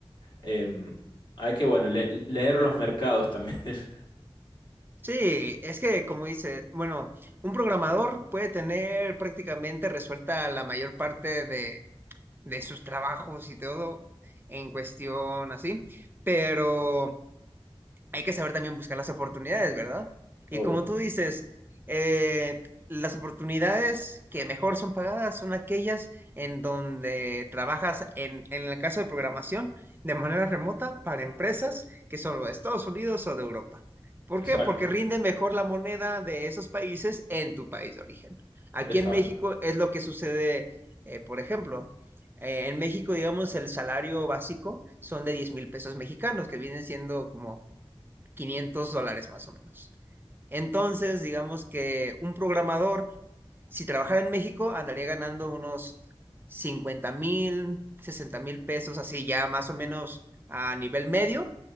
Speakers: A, on the left; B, on the right.
A: Em, hay que, bueno, le- leer los mercados también. <laughs>
B: Sí, es que como dice, bueno, un programador puede tener prácticamente resuelta la mayor parte de, de sus trabajos y todo en cuestión así, pero hay que saber también buscar las oportunidades, ¿verdad?
A: Obvio.
B: Y como tú dices, eh, las oportunidades que mejor son pagadas son aquellas en donde trabajas, en, en el caso de programación, de manera remota para empresas que son de Estados Unidos o de Europa. ¿Por
A: Exacto,
B: qué? Porque rinde mejor la moneda de esos países en tu país de origen. Aquí
A: exacto.
B: en México es lo que sucede, eh, por ejemplo, eh, en México, digamos, el salario básico son de diez mil pesos mexicanos, que vienen siendo como quinientos dólares más o menos. Entonces, digamos que un programador, si trabajara en México, andaría ganando unos cincuenta mil, sesenta mil pesos, así ya más o menos a nivel medio,